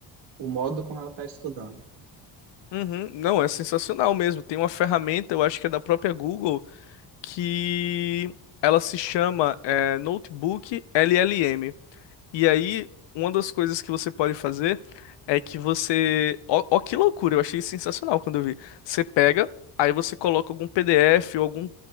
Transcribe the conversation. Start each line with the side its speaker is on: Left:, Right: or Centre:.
Right: o modo como ela está estudando.
Left: Uhum. Não, é sensacional mesmo. Tem uma ferramenta, eu acho que é da própria Google, que ela se chama é, Notebook LLM. E aí, uma das coisas que você pode fazer é que você. Ó, ó que loucura, eu achei sensacional quando eu vi. Você pega, aí você coloca algum PDF ou algum,